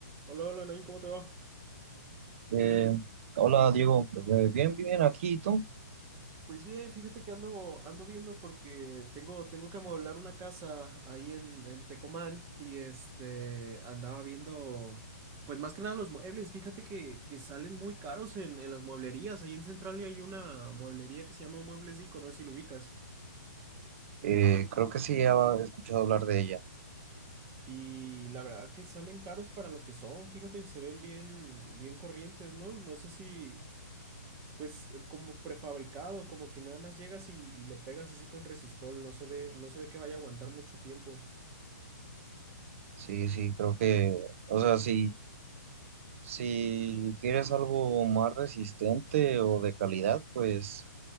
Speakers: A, on the right; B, on the right.
A: Hola, hola, Nain, ¿cómo te va?
B: Eh, hola Diego, Eh, bien, bien, aquí ¿y tú.
A: Pues bien, fíjate que ando, ando viendo porque tengo, tengo que amueblar una casa ahí en, en Tecomán y este andaba viendo, pues más que nada los muebles, fíjate que, que salen muy caros en, en las mueblerías, ahí en Central hay una mueblería que se llama Muebles Dico, no sé si lo ubicas,
B: Eh, creo que sí, he escuchado hablar de ella.
A: y la verdad que salen caros para lo que son, fíjate, se ven bien, bien corrientes, ¿no? No sé si, Pues eh, como prefabricado, como que nada más llegas y, y lo pegas así con resistol, no se ve, no se ve que vaya a aguantar mucho tiempo.
B: Sí, sí, creo que, o sea, si, si quieres algo más resistente o de calidad, pues